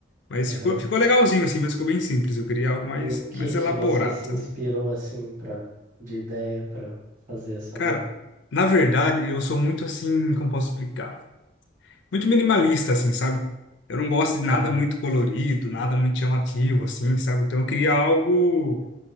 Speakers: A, on the left; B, on the right.
A: Mas
B: né?
A: ficou, ficou legalzinho, assim, mas ficou bem simples. Eu queria algo mais,
B: No que
A: mais
B: que
A: elaborado,
B: você se inspirou
A: sabe?
B: assim para de ideia para fazer essa
A: Cara,
B: logo?
A: na verdade, eu sou muito assim, como posso explicar? muito minimalista, assim, sabe? Eu não gosto de nada
B: Aham,
A: muito colorido, nada muito chamativo, assim, sabe? Então eu queria algo.